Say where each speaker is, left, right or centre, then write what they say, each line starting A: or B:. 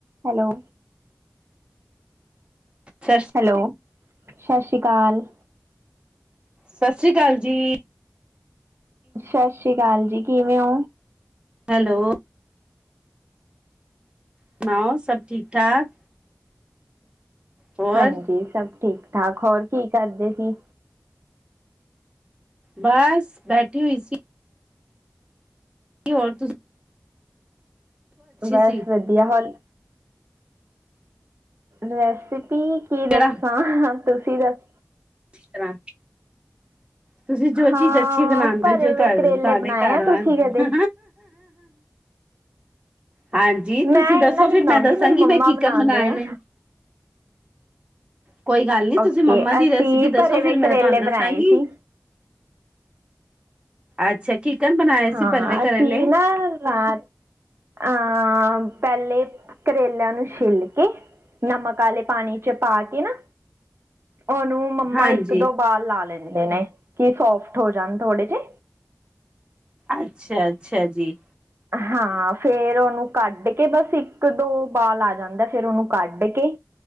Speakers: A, on the right (about 55°); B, on the right (about 20°).
A: Hello
B: ਸ
A: hello, ਸ ਸ਼੍ਰੀ ਕਾਲ।
B: ਸ ਸ਼੍ਰੀ ਕਾਲ ਜੀ।
A: ਸ ਸ਼੍ਰੀ ਕਾਲ ਜੀ ਕਿਵੇਂ ਓ?
B: ਹੈਲੋ ਸੁਣਾਓ ਸਭ ਠੀਕ ਠਾਕ? ਹੋਰ
A: ਹਾਂਜੀ ਸਭ ਠੀਕ ਠਾਕ ਹੋਰ ਕੀ ਕਰਦੇ ਸੀ?
B: ਬਸ ਬੈਠੀ ਹੋਈ ਸੀ। ਕੀ ਹੋਰ ਤੁਸ
A: ਬਸ
B: ਸੀ
A: ਵਧੀਆ ਹੋਲ ਰੈਸਪੀ ਕੀ
B: ਕਿਹੜਾ
A: ਦੱਸਾਂ ਤੁਸੀਂ ਦੱਸ
B: ਤਰਾ ਤੁਸੀਂ ਜੋ
A: ਹਾਂ
B: ਚੀਜ਼ ਅੱਛੀ ਬਣਾਦੇ
A: ਭਰੇ
B: ਓ ਜੋ
A: ਹੋਏ
B: ਤੁ
A: ਕਰੇਲੇ
B: ਤੁਹਾਡੇ
A: ਬਣਾਏ
B: ਘਰ
A: ਆ
B: ਵ
A: ਤੁਸੀਂ ਕਦੇ?
B: ਹਾਂਜੀ ਤੁਸੀਂ
A: ਮੈਂ
B: ਦੱਸੋ
A: ਇਹਨਾਂ ਨੀ
B: ਫਿਰ
A: ਬਣਾਉਂਦੀ
B: ਮੈਂ ਦੱਸਾਂਗੀ
A: ਮੇਰੀ
B: ਮੈਂ
A: ਮੰਮਾ
B: ਕੀਕਨ
A: ਬਣਾਉਂਦੇ
B: ਬਨਾਏ
A: ਆ।
B: ਨੇ। ਕੋਈ ਗੱਲ ਨੀ
A: ਓਕੇ
B: ਤੁਸੀਂ ਮੰਮਾ
A: ਅਸੀਂ
B: ਦੀ ਰੈਸਿਪੀ ਦੱਸੋ
A: ਭਰੇ ਹੋਏ
B: ਫਿਰ ਮੈਂ
A: ਕਰੇਲੇ
B: ਤੁਹਾਨੂੰ ਦੱਸਾਂਗੀ।
A: ਬਣਾਏ ਸੀ।
B: ਅੱਛਾ ਕੀਕਨ ਬਣਾਏ ਸੀ
A: ਹਾਂ
B: ਭਰਵੇ ਕਰੇਲੇ
A: ਅਸੀਂ ਨਾ ਰਾ ਅ ਪਹਿਲੇ ਕਰੇਲਿਆਂ ਨੂੰ ਛਿੱਲ ਕੇ ਨਮਕ ਆਲੇ ਪਾਣੀ 'ਚ ਪਾ ਕੇ ਨਾ ਉਨੂੰ ਮੰਮਾ
B: ਹਾਂਜੀ
A: ਇੱਕ-ਦੋ ਬਾਲ ਲਾ ਲੈਂਦੇ ਨੇ ਕਿ ਸੋਫਟ ਹੋ ਜਾਣ ਥੋੜੇ ਜੇ।
B: ਅੱਛਾ-ਅੱਛਾ ਜੀ।
A: ਹਾਂ ਫੇਰ ਉਨੂੰ ਕੱਢ ਕੇ ਬਸ ਇੱਕ-ਦੋ ਬਾਲ ਆ ਜਾਂਦਾ ਫੇਰ ਉਨੂੰ ਕੱਢ ਕੇ